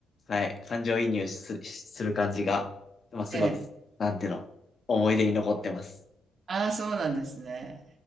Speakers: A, on the left; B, on the right.
A: はい、感情移入す、する感じが、まあすごい、
B: ええ、
A: なんていうの、思い出に残ってます。
B: ああ、そうなんですね。